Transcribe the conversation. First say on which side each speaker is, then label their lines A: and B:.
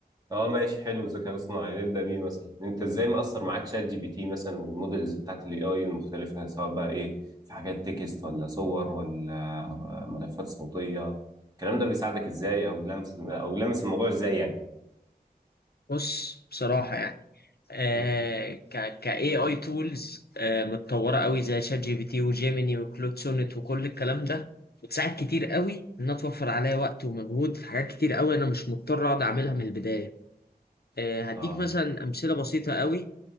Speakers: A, on the right; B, on the left.
A: اه ماشي حلو الذكاء الاصطناعي نبدأ بيه مثلا انت ازاي مأثر معاك شات جي بي تي مثلا والمودلز بتاعت الاي اي المختلفة سواء بقى ايه في حاجات تكست ولا صور ولا آه، ملفات صوتية الكلام ده بيساعدك ازاي او لمس او لمس الموضوع ازاي يعني
B: بص بصراحة يعني آه
A: مم.
B: ك ك AI tools آه متطورة قوي زي شات جي بي تي وجيميني وكلود سونيت وكل الكلام ده بتساعد كتير قوي إنها توفر عليا وقت ومجهود في حاجات كتير قوي أنا مش مضطر أقعد أعملها من البداية آه، هديك
A: اه
B: مثلا أمثلة بسيطة قوي